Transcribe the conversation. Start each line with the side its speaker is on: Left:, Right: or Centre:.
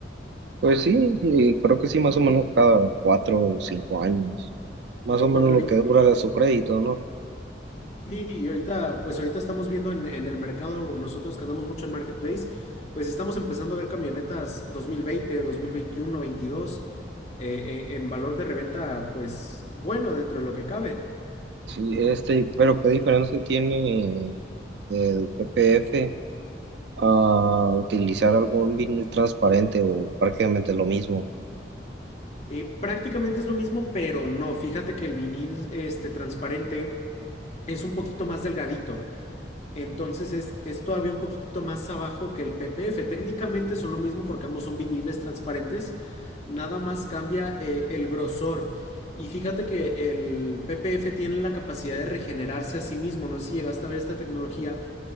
Right: Pues sí, eh, creo que sí, más o menos cada cuatro o cinco años, más o menos
Left: porque
Right: lo
Left: ahorita,
Right: que dura de su crédito, ¿no?
Left: sí, y ahorita, pues ahorita estamos viendo en, en el mercado, o nosotros que andamos mucho en Marketplace, pues estamos empezando a ver camionetas 2020, 2021, 22, eh, eh, en valor de reventa, pues bueno, dentro de lo que cabe.
Right: Sí, este, pero ¿qué diferencia tiene el PPF a utilizar algún vinil transparente o prácticamente lo mismo?
Left: Eh, prácticamente es lo mismo, pero no, fíjate que el vinil este, transparente es un poquito más delgadito. Entonces es, es todavía un poquito más abajo que el PPF. Técnicamente son lo mismo porque ambos son viniles transparentes. Nada más cambia eh, el grosor. Y fíjate que el PPF tiene la capacidad de regenerarse a sí mismo. No sé si llegaste a ver esta tecnología